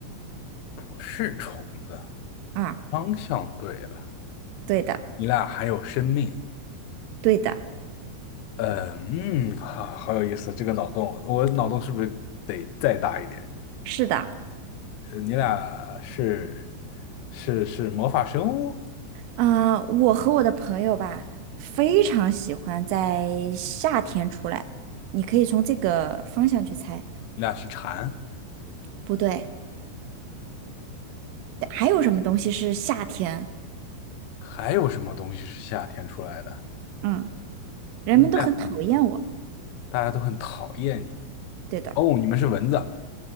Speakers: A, on the left; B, on the right.
A: 不是虫子，
B: 啊？
A: 方向对了，
B: 对的，
A: 你俩还有生命。
B: 对的，
A: 呃嗯，好，好有意思，这个脑洞，我脑洞是不是得再大一点？
B: 是的。
A: 呃你俩是是是魔法生物？
B: 啊、我和我的朋友吧，非常喜欢在夏天出来。你可以从这个方向去猜。
A: 你俩是蝉？
B: 不对，还有什么东西是夏天？
A: 还有什么东西是夏天出来的？
B: 嗯，人们都很讨厌我。
A: 你们俩大家都很讨厌你。
B: 对的，
A: 哦，你们是蚊子。